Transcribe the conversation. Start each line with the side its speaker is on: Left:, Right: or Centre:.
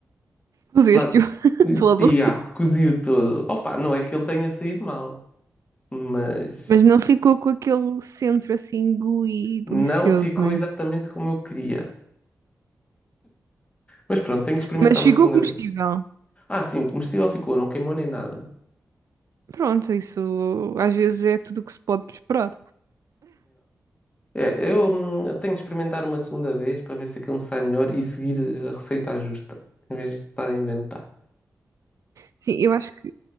Right: Puseste-o
Left: Lá,
Right: <laughs> todo.
Left: e ah, cozi-o todo. Opa, não é que ele tenha saído mal, mas
Right: Mas não ficou com aquele centro assim gooey e delicioso,
Left: não ficou
Right: né?
Left: exatamente como eu queria. Mas pronto, tenho que experimentar
Right: Mas ficou
Left: uma segunda
Right: comestível.
Left: vez. Ah, sim, comestível ficou, não queimou nem nada.
Right: Pronto, isso às vezes é tudo o que se pode esperar.
Left: É, eu, hum, eu tenho que experimentar uma segunda vez para ver se aquilo me sai melhor e seguir a receita à justa, em vez de estar a inventar.
Right: Sim, eu acho que,